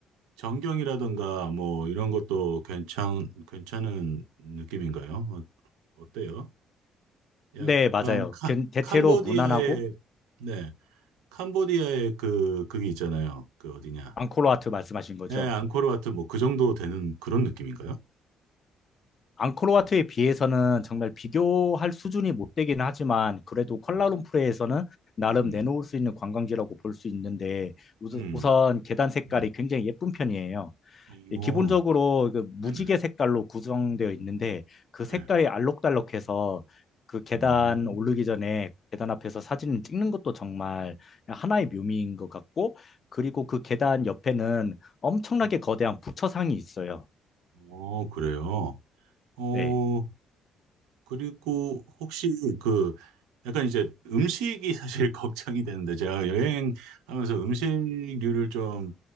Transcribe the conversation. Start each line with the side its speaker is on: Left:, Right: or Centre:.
Right: 전경이라든가 뭐 이런 것도 괜찮 괜찮은 느낌인가요? 어, 어때요? 약간
Left: 네, 맞아요.
Right: 카,
Left: 괜- 대체로
Right: 캄보디아의
Left: 무난하고
Right: 네 캄보디아의 그 그게 있잖아요. 그 어디냐?
Left: 앙코르와트 말씀하신 거죠.
Right: 예, 앙코르 와트 뭐 그 정도 되는 그런 느낌인가요?
Left: 앙코르와트에 비해서는 정말 비교할 수준이 못 되긴 하지만 그래도 콜라룸푸르에서는
Right: 네.
Left: 나름
Right: 음, 음,
Left: 내놓을 수 있는 관광지라고 볼 수 있는데 우선,
Right: 음.
Left: 우선 계단 색깔이
Right: 음.
Left: 굉장히 예쁜 편이에요.
Right: 네.
Left: 예,
Right: 어,
Left: 기본적으로 그 무지개
Right: 네네.
Left: 색깔로 구성되어 있는데 그
Right: 네.
Left: 색깔이 알록달록해서 그 계단
Right: 음.
Left: 오르기 전에 계단 앞에서 사진을 찍는 것도 정말 하나의 묘미인 것 같고 그리고 그 계단 옆에는 엄청나게
Right: 음.
Left: 거대한 부처상이 있어요.
Right: 어, 그래요. 어,
Left: 네.
Right: 그리고 혹시 그 약간 이제 음식이 사실 <laughs> 걱정이 되는데 제가 여행하면서 음식류를 좀